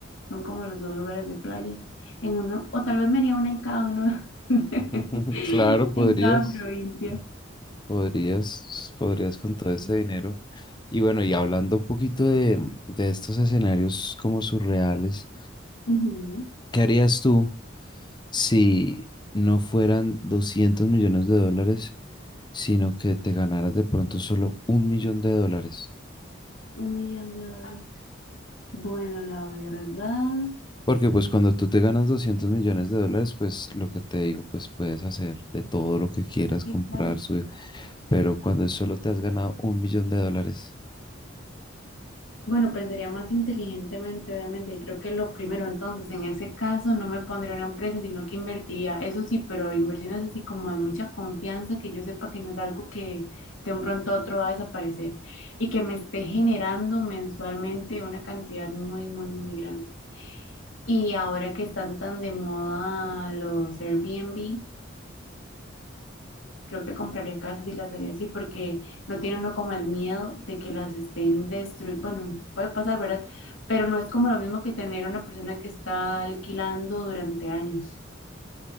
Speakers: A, on the left; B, on the left.
A: Son como los dos lugares de playas. En uno, o tal vez me haría una en cada uno, <laughs> en
B: <laughs> claro, podrías,
A: cada provincia.
B: podrías, podrías con
A: Sí,
B: todo ese dinero. Y bueno, y hablando un poquito de, de estos escenarios como surreales,
A: Ujú.
B: ¿qué harías tú? si no fueran 200 millones de dólares, sino que te ganaras de pronto solo un millón de dólares.
A: un millón de dólares. Bueno, la verdad,
B: Porque pues cuando tú te ganas 200 millones de dólares, pues lo que te digo, pues puedes hacer de todo lo que quieras,
A: Sí,
B: comprar,
A: claro.
B: subir, pero cuando solo te has ganado un millón de dólares.
A: Bueno, pensaría más inteligentemente, obviamente, y creo que lo primero, entonces, en ese caso no me pondría una empresa, sino que invertiría, eso sí, pero inversiones así como de mucha confianza, que yo sepa que no es algo que de un pronto a otro va a desaparecer y que me esté generando mensualmente una cantidad muy, muy, muy grande. Y ahora que están tan de moda los Airbnb, creo que compraría casas y las haría así porque no tiene uno como el miedo de que las estén destruyendo. Bueno, puede pasar, ¿verdad? Pero no es como lo mismo que tener a una persona que está alquilando durante años.